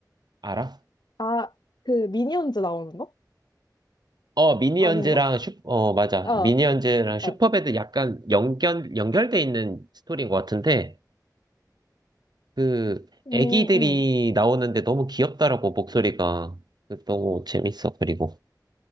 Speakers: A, on the right (about 70°); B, on the left (about 75°).
A: 알아?
B: 아, 그 미니언즈 나오는 거?
A: 어, 미니언즈랑
B: 아닌가?
A: 슈, 어, 맞아.
B: 어,
A: 미니언즈랑 슈퍼배드
B: 어.
A: 약간 연결, 연결돼 있는 스토리인 것 같은데, 그,
B: 음,
A: 애기들이
B: 음.
A: 나오는데 너무 귀엽더라고, 목소리가. 그, 너무 재밌어, 그리고.